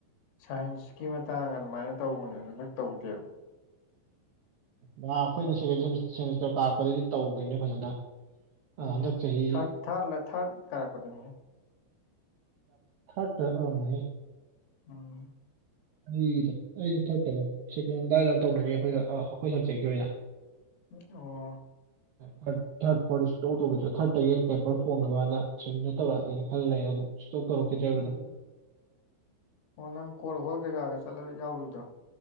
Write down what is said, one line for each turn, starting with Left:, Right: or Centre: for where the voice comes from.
Left: ꯁꯥꯏꯟꯁꯀꯤ ꯃꯇꯥꯡ ꯑꯗꯨꯃꯥꯏꯅ ꯇꯧꯕꯅꯦ ꯍꯟꯗꯛ ꯇꯧꯗꯦꯕ
Right: ꯉꯥꯍꯥꯟ ꯑꯩꯈꯣꯏꯅ ꯁꯦꯀꯦꯟ ꯁꯦꯃꯤꯁꯇꯔ ꯀꯥꯔꯛꯄꯗꯗꯤ ꯇꯧꯒꯤꯕꯅꯦ ꯐꯖꯅ
Left: ꯑꯗꯨꯅꯦ
Right: ꯑ ꯍꯟꯗꯛ ꯆꯍꯤ
Left: ꯊꯥꯔꯠ ꯊꯥꯔꯠ ꯊꯥꯔꯠ ꯀꯥꯔꯛꯄꯗꯅꯤꯍꯦ
Right: ꯊꯔꯠ꯭ ꯇ ꯑꯣꯏꯔꯝꯒꯅꯤ
Left: ꯎꯝ
Right: ꯑꯩꯒꯤꯗ ꯑꯩꯗꯤ ꯊꯥꯔꯗ ꯀꯩꯅ ꯁꯦꯀꯦꯟ ꯑꯗꯨꯗꯥꯏꯗ ꯌꯥꯝ ꯇꯧꯅꯒꯦ ꯑꯩꯈꯣꯏ ꯑꯩꯈꯣꯏ ꯁꯞꯖꯦꯛꯀꯤ ꯑꯣꯏꯅ
Left: ꯑꯣ
Right: ꯊꯥꯔꯠ ꯊꯥꯔꯠ ꯐꯣꯔ ꯁꯨ ꯇꯧ ꯇꯧꯒꯗ꯭ꯔꯥ ꯊꯔꯠꯇꯒꯤ ꯍꯩꯅ ꯄꯦꯄꯔ ꯐꯣꯡꯅꯕꯅ ꯁꯦꯃꯤꯅꯥꯔ ꯇꯧꯔꯛꯑꯗꯤꯅ ꯈꯜꯂꯦ ꯑꯗꯨꯝ ꯁꯇꯣꯔꯣ ꯈꯈꯤꯇ꯭ꯔꯦꯕꯝ
Left: ꯎꯝ ꯑꯣ ꯅꯪ ꯀꯣꯔ ꯍꯣꯜ ꯀꯩꯀꯥꯒ ꯆꯠꯂ ꯌꯥꯎꯈꯤꯕꯗꯣ